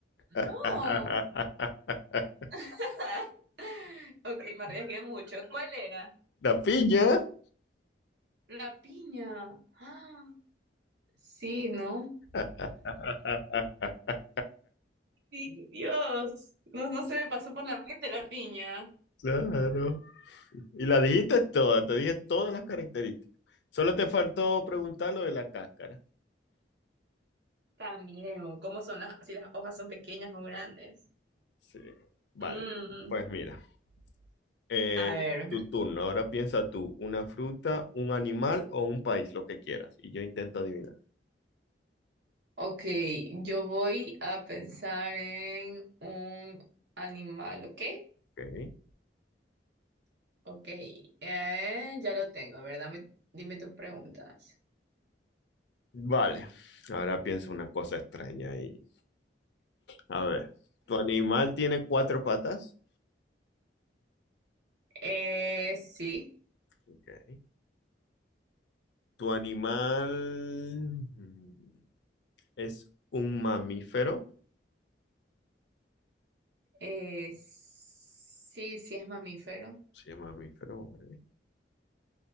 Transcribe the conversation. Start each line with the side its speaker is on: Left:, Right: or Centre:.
Right: No.
Left: <laughs>
Right: <laughs> Ok, me arriesgué mucho. ¿Cuál era?
Left: La piña.
Right: La piña. Ah, sí, ¿no?
Left: <laughs>
Right: Sí, Dios. No, no se me pasó por la mente la piña.
Left: Claro. Y la dijiste toda, te dije todas las características. Solo te faltó preguntar lo de la cáscara.
Right: También, o ¿cómo son las, si las hojas son pequeñas o grandes?
Left: Sí. Vale.
Right: Mm,
Left: Pues mira, eh,
Right: a ver.
Left: tu turno. Ahora piensa tú, una fruta, un animal o un país, lo que quieras. Y yo intento adivinar.
Right: Ok, yo voy a pensar en un animal, ¿ok?
Left: Ok.
Right: Ok, eh, ya lo tengo, ¿verdad? Dame, dime tus preguntas.
Left: Vale, ahora pienso una cosa extraña ahí. A ver, ¿tu animal tiene cuatro patas?
Right: Eh, sí,
Left: Ok. ¿Tu animal mm, es un mamífero?
Right: eh, sí, sí es mamífero.
Left: Sí, es mamífero. vale.